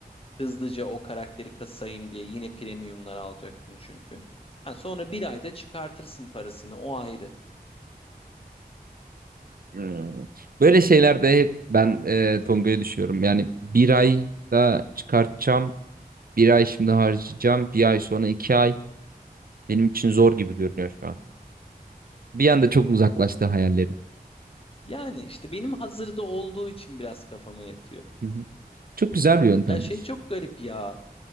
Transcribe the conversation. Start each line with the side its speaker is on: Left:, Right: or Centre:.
Left: Hızlıca o karakteri kasayım diye yine premiumlar alacaksın çünkü. Ha, sonra bir ayda çıkartırsın parasını o ayrı.
Right: hmm. Böyle şeylerde hep ben e, Tonga'ya düşüyorum. Yani bir ayda çıkartacağım, bir ay şimdi harcayacağım, bir ay sonra iki ay. Benim için zor gibi görünüyor şu an. Bir anda çok uzaklaştı hayallerim.
Left: Yani işte benim hazırda olduğu için biraz kafama yatıyor.
Right: Hı hı. Çok güzel bir yöntemmiş.
Left: Ya şey çok garip ya.